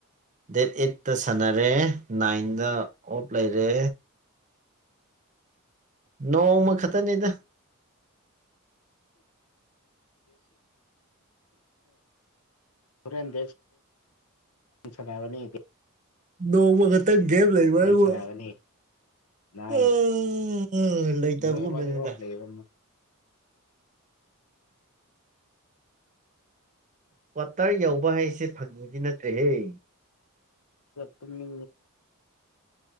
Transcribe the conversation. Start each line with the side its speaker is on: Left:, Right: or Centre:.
Right: ꯗꯦꯠ ꯑꯩꯠꯇ ꯁꯥꯟꯅꯔꯦ ꯅꯥꯏꯟꯗ ꯑꯣꯞ ꯂꯩꯔꯦ ꯅꯣꯡꯃ ꯈꯛꯇꯅꯦꯗ
Left: ꯍꯦꯟ ꯆꯅꯥꯕꯅꯦꯦ
Right: ꯅꯣꯡꯃ ꯈꯛꯇꯪ ꯒꯦꯞ ꯂꯩꯕ ꯍꯥꯏꯕꯨ
Left: ꯑꯩꯠ ꯁꯥꯟꯅꯒꯅꯤ ꯅꯥꯏꯟ
Right: ꯎꯝ ꯂꯩꯇꯕꯒꯨꯝꯕꯅꯤꯗ
Left: ꯅꯨꯃꯤꯠ ꯑꯃꯗꯤ ꯑꯣꯐ ꯂꯩꯌꯦꯕ ꯑꯃꯨꯛ
Right: ꯀ꯭ꯋꯥꯇꯔ ꯌꯎꯕ ꯍꯥꯏꯁꯦ ꯐꯪꯕꯗꯤ ꯅꯠꯇ꯭ꯔꯦꯍꯦ
Left: ꯇꯃꯤ